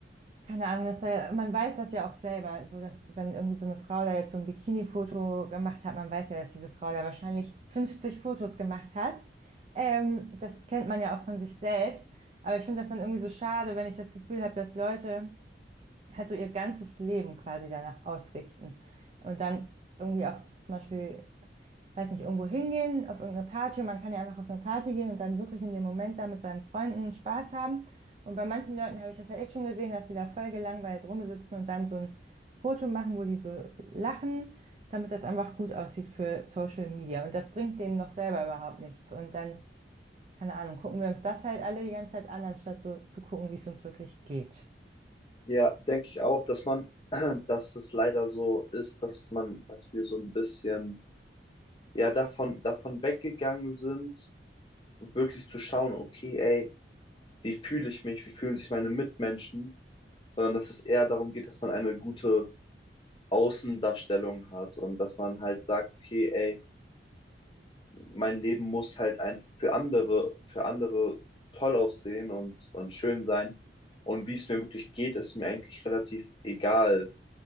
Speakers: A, on the right; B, on the left.
A: keine Ahnung, das, sei- man weiß das ja auch selber, so dass wenn irgendwie so eine Frau da jetzt so ein Bikini-Foto gemacht hat, man weiß ja, dass diese Frau da wahrscheinlich 50 Fotos gemacht hat. Ähm, das kennt man ja auch von sich selbst. Aber ich finde das dann irgendwie so schade, wenn ich das Gefühl habe, dass Leute halt so ihr ganzes Leben quasi danach ausrichten und dann irgendwie auch zum Beispiel weiß nicht, irgendwo hingehen, auf irgendeine Party. Und man kann ja einfach auf eine Party gehen und dann wirklich in dem Moment da mit seinen Freunden Spaß haben. Und bei manchen Leuten habe ich das ja echt schon gesehen, dass die da voll gelangweilt rumsitzen und dann so ein Foto machen, wo die so lachen, damit das einfach gut aussieht für Social Media. Und das bringt denen doch selber überhaupt nichts. Und dann, keine Ahnung, gucken wir uns das halt alle die ganze Zeit an, anstatt so zu gucken, wie es uns wirklich geht.
B: Ja, denke ich auch, dass man, <clears throat> dass es leider so ist, dass man, dass wir so ein bisschen ja davon, davon weggegangen sind, wirklich zu schauen, okay, ey, wie fühle ich mich, wie fühlen sich meine Mitmenschen, sondern dass es eher darum geht, dass man eine gute Außendarstellung hat und dass man halt sagt, okay, ey, mein Leben muss halt einfach für andere, für andere toll aussehen und, und schön sein. Und wie es mir wirklich geht, ist mir eigentlich relativ egal,